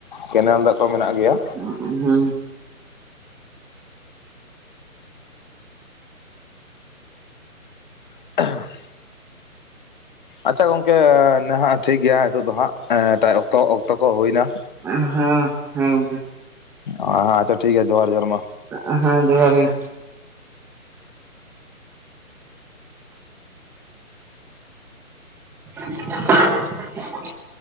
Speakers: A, on the left; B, in the centre.
A: ᱠᱮᱱᱮᱞ ᱫᱟᱜ ᱠᱚ ᱢᱮᱱᱟᱜ ᱜᱮᱭᱟ।
B: <unintelligible> ᱦᱩᱸ
A: <unintelligible> ᱟᱪᱪᱷᱟ ᱜᱚᱝᱠᱮ ᱱᱟᱦᱟᱜ ᱴᱷᱤᱠ ᱜᱮᱭᱟ ᱱᱤᱛᱚᱜ ᱫᱚ ᱦᱟᱸᱜ ᱮᱴᱟᱜ ᱚᱠᱛᱚ ᱚᱠᱛᱚ ᱠᱚ ᱦᱩᱭᱱᱟ।
B: ᱮᱜ-ᱦᱮᱸ ᱦᱮᱸ ᱜᱚᱝᱠᱮ।
A: ᱟ ᱟᱪᱷᱟ ᱴᱷᱤᱠ ᱜᱮᱭᱟ ᱡᱚᱦᱟᱨ ᱡᱚᱦᱟᱨ ᱢᱟ,
B: ᱟᱜ ᱦᱮᱸ ᱡᱚᱸᱦᱟᱨ ᱜᱮ। <inaudible>